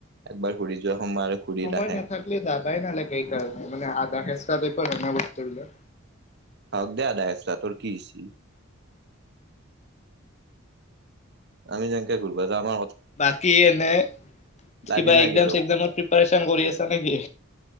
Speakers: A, on the right; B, on the left.
A: একবাৰ ঘুৰি যোৱা সময় আৰু ঘূৰি
B: সময়
A: নাহে
B: নাথাকিলে যাবাই নালাগে কাৰণে মানে আধা সেচ ৰঙা বস্তু <unintelligible>
A: হ ক দে <unintelligible> তোৰ কিছি আমি যেনেকে ঘূৰিবা যা না
B: বাকি এনে
A: লাগি
B: কিবা
A: না
B: এক্জাম
A: কি তোক
B: চগ্জামৰ প্ৰিপাৰচন কৰি আছা নেকি?